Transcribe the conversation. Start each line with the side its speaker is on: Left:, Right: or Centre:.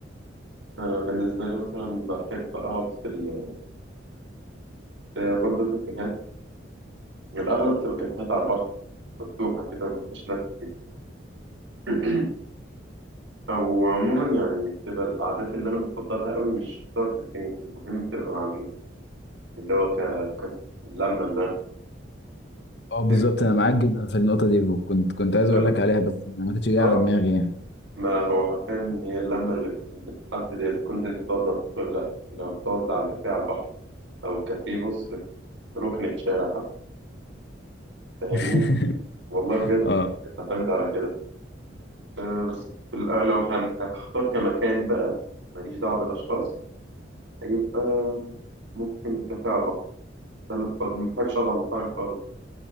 Right: أنا بالنسبة لي مثلا بحب أقعد في ال هي برضه كافيهات يعني الأغلب بتبقى كافيهات على البحر مفتوحة كده مفيهاش ناس كتير <clears throat> أو عموما يعني بتبقى القعدات اللي أنا بفضلها قوي مش شرط فين المهم تبقى مع مين اللي هو ك... ك... اللمة اللي أنا
Left: اه بالظبط
Right: فاهم؟
Left: انا معاك جدا في النقطه دي وكنت كنت عايز اقول
Right: لا
Left: لك عليها بس ما كنتش جاي
Right: آه
Left: على دماغي يعني
Right: ما هو حرفيا هي اللمة اللي بتحدد إذا كنت أنت تقعد مبسوط ولا لأ لو تقعد على كافيه على البحر أو كافيه بص في ركن الشارع حتى فاهمني
Left: <laughs>
Right: والله بجد
Left: اه
Right: بتعتمد على كده آه، بس في الأ- لو هن- هختار كمكان بقى ماليش دعوة بالأشخاص هيبقى ممكن كافيه على البحر ده اللي بفضل- ما بحبش أقعد على المطاعم خالص